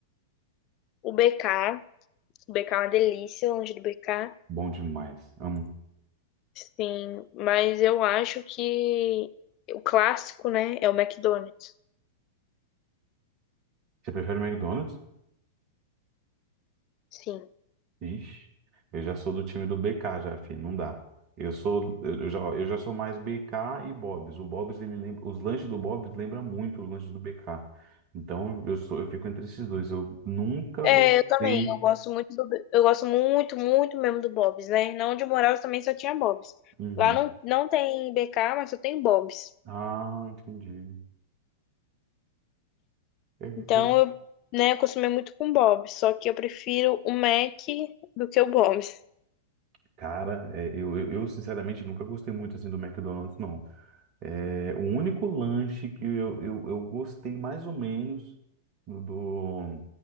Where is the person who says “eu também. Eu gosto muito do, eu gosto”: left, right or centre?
Left